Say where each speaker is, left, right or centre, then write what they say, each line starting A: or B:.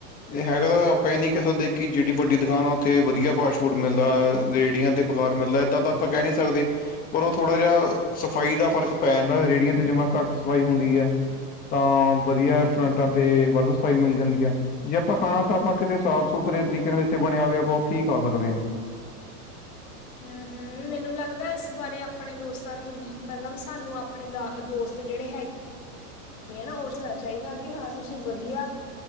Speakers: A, on the left; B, on the left.
A: ਇਹ ਹੈਗਾ ਤਾਂ ਆਪਾਂ ਇਹ ਨੀ ਕਹਿ ਸਕਦੇ ਕਿ ਜਿਹੜੀ ਵੱਡੀ ਦੁਕਾਨ ਆ ਉੱਥੇ ਵਧੀਆ ਫਾਸਟ ਫੂਡ ਮਿਲਦਾ ਰੇਹੜੀਆਂ ਤੇ ਬਗਾਰ ਮਿਲਦਾ ਇੱਦਾਂ ਤਾਂ ਆਪਾਂ ਕਹਿ ਨਹੀਂ ਸਕਦੇ ਉਦੋਂ ਥੋੜ੍ਹਾ ਜਿਹਾ ਸਫ਼ਾਈ ਦਾ ਫ਼ਰਕ ਪੈ ਜਾਂਦਾ ਰੇਹੜੀਆਂ 'ਤੇ ਜਮ੍ਹਾਂ ਘੱਟ ਸਫਾਈ ਹੁੰਦੀ ਆ ਤਾਂ ਵਧੀਆ ਰੈਸਟੋਰੈਂਟਾਂ ਤੇਤੇ ਵੱਧ ਸਫਾਈ ਮਿਲ ਜਾਂਦੀ ਹੈ ਜੀ ਆਪਾਂ ਖਾਣਾ ਤਾਂ ਆਪਾਂ ਕਿਤੇ ਸਾਫ਼ ਸੁਥਰੇ ਤਰੀਕੇ ਨਾਲ ਜੱਥੇ ਬਣਿਆ ਹੋਵੇ ਆਪਾਂ ਉੱਥੇ ਹੀ ਖਾ ਸਕਦੇ ਹਾਂ
B: ਹਮ ਹਮ ਮੈਨੂੰ ਲੱਗਦਾ ਇਸ ਬਾਰੇ ਆਪਣੇ ਦੋਸਤਾਂ ਨੂੰ ਮਤਲਬ ਸਾਨੂੰ ਆਪਣੇ ਦਾ ਦੋਸਤ ਜਿਹੜੇ ਹੈਗੇ ਵੀ ਨਾ ਉਹ ਸੁਣਾ ਚਾਹੀਦਾ ਕਿ ਹਾਂ ਤੁਸੀਂ ਵਧੀਆ